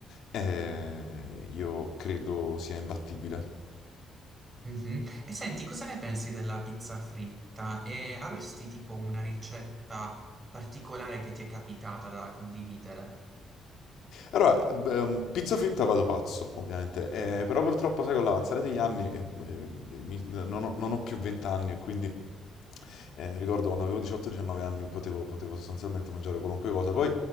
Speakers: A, on the left; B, on the right.
A: eh, io credo sia imbattibile.
B: Mhm. E senti, cosa ne pensi della pizza fritta? E avresti tipo una ricetta particolare che ti è capitata da condividere?
A: Allora, ehm, pizza fritta vado pazzo, ovviamente, eh, però purtroppo, sai, con l'avanzare degli anni eh, eh, mi- non ho, non ho più 20 anni e quindi eh, ricordo quando avevo 18-19 anni potevo, potevo sostanzialmente mangiare qualunque cosa. Poi,